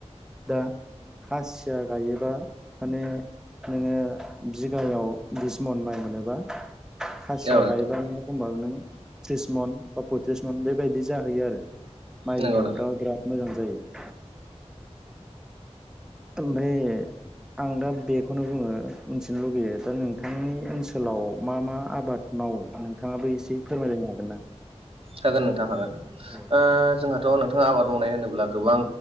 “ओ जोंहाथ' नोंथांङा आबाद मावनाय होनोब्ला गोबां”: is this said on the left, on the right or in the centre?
Right